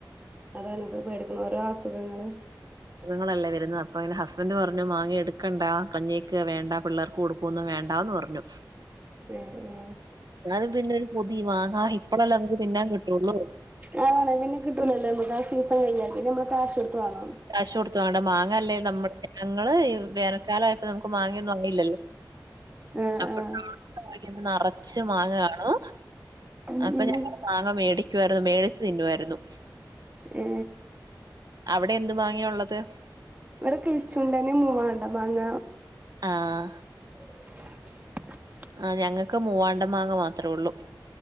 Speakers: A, on the right; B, on the right.
A: അതേള്ളൂ പേടി ഓരോ അസുഖങ്ങള്
B: ങ്ങളല്ലേ വെര്ന്ന് അപ്പ അങ്ങനെ ഹസ്ബൻഡ് പറഞ്ഞു മാങ്ങ എടുക്കണ്ട കളഞ്ഞെക്ക് വേണ്ട പിള്ളേർക്ക് കൊടുക്കൊന്നും വേണ്ടാന്ന് പറഞ്ഞു
A: ഏ ഏ
B: അത് പിന്നെ ഒരു കൊതി മാങ്ങ ഇപ്പളല്ലേ നമ്മക് തിന്നാൻ കിട്ടോള്ളു
A: ആ ന്നെ കിട്ടൂലല്ലോ മ്മക്ക ആ സീസൺ കഴിഞ്ഞാ പിന്നെ നമ്മള് കാശ് കൊട്ത്ത് വാങ്ങണം
B: കാശൊട്ത് വാണ്ട മാങ്ങല്ലേ നമ്മ്ടെ ഞങ്ങള് ഈ വേനൽക്കാലയപ്പോ നമുക്ക് മാങ്ങയൊന്നും അങ്ങയില്ലല്ലോ
A: ആഹ്
B: അപ്പൊ
A: ആഹ്
B: നറച്ച് മാങ്ങകാണു
A: ഉം
B: അപ്പൊ ഞങ്ങള്
A: ഉം
B: മാങ്ങ മേടിക്കുവാരുന്നു. മേടിച്ചു തിന്നുവായിരുന്നു
A: ഏ
B: അവിടെ എന്ത് മാങ്ങയാ ഉള്ളത്
A: ഇവിടെ കിളിച്ചുണ്ടന്, മൂവാണ്ട മാങ്ങ
B: ആഹ
A: <inaudible>
B: ആ ഞങ്ങൾക്ക് മൂവാണ്ട മാങ്ങ മാത്രേ ഉള്ളൂ